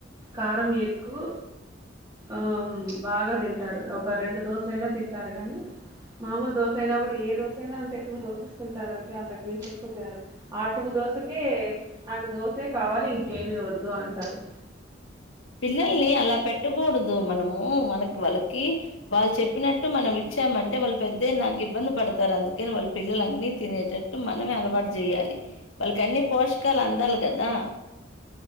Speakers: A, on the right; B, on the left.
A: కారం ఎగ్గు ఆ బాగా తింటారు ఒక రెండు దోశలైనా తింటారు గాని మామూలు దోశ అయినా కూడా ఏ దోశ అయినా అంటే టూ దోశ తింటారంటే అంతకు మించి ఎక్కువ తినరు ఆ టూ దోశ కే నాకు దోసే కావాలి ఇంకేమి వద్దు అంటారు
B: పిల్లల్ని అలా పెట్టకూడదు మనము మనకి వాళ్ళకి వాళ్ళు చెప్పినట్టు మనం ఇచ్చ చ్చాం అంటే వాళ్ళు పెద్దైయినాక ఇబ్బంది పడతారు అందుకని వాళ్ళ పిల్లల్ అన్ని తినేటట్టు మనమే అలవాటు చేయాలి వాళ్ళక్ అన్నీ పోషకాలు అందాలి కదా